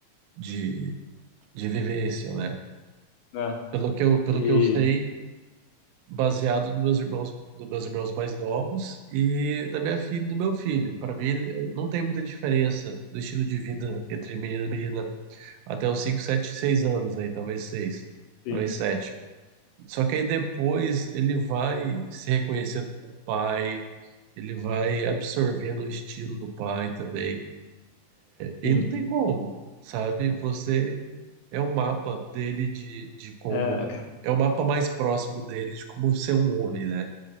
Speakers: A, on the right; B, on the left.
A: de, de vivência, né?
B: Né?
A: Pelo que eu, pelo
B: E
A: que eu sei, baseado nos meus irmãos, dos meus irmãos mais novos e da minha filha e do meu filho. Para mim, eh, não tem muita diferença do estilo de vida entre menina e menina até os 5, 7, 6 anos aí, talvez 6,
B: sim,
A: talvez 7. Só que aí depois ele vai se reconhecendo com o pai, ele vai absorvendo o estilo do pai também. E
B: sim.
A: não tem como, sabe? Você é o mapa dele de, de como.
B: É, <laughs>
A: É o mapa mais próximo dele de como ser um homem, né?